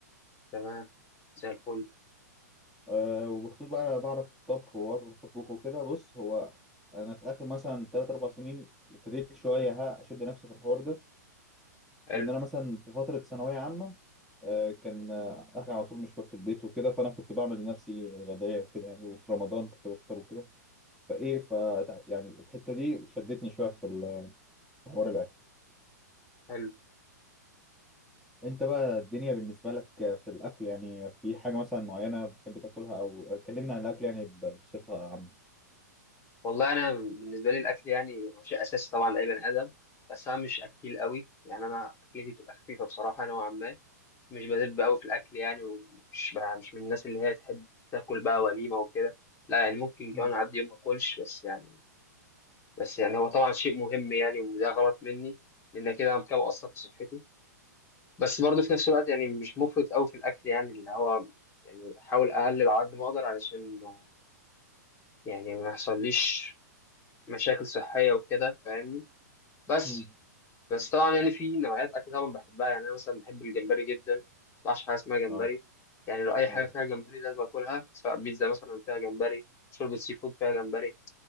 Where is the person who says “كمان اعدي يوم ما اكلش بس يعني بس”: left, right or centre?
Left